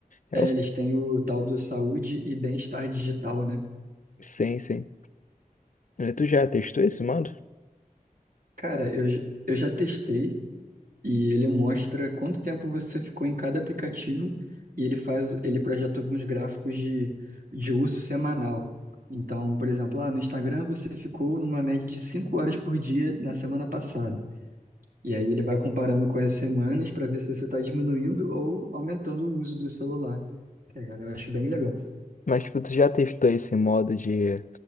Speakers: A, on the left (about 60°); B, on the right (about 75°).
A: É
B: É,
A: o...
B: eles têm o tal do saúde e bem-estar digital, né?
A: Sim, sim. Eh, Tu já testou esse modo?
B: Cara, eu, j- eu já testei e ele mostra quanto tempo você ficou em cada aplicativo e ele faz, ele projeta alguns gráficos de, de uso semanal. Então, por exemplo, lá no Instagram você ficou numa média de cinco horas por dia na semana passada. E aí ele vai comparando com as semanas para ver se você está diminuindo ou aumentando o uso do celular. Tá ligado? Eu acho bem legal.
A: Mas, tipo, tu já testou esse modo de,